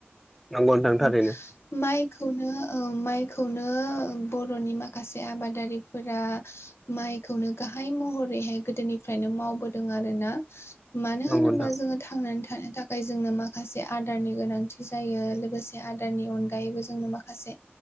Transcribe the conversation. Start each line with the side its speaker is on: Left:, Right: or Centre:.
Centre: नंगौ नोंथां
Left: <inaudible>
Centre: थारैनो
Left: माइखौनो माइखौनो बर'नि माखासे आबादारिफोरा माइखौनो गाहाय महरैहाय गोदोनिफ्रायनो मावबोदों आरो ना मानो
Centre: नंगौ
Left: होनोबा
Centre: नोंथां
Left: जोङो थांनानै थानो थाखाय जोंनो माखासे आदारनि गोनांथि जायो लोगोसे माखासे आदारनि अनगायैबो जोंनो माखासे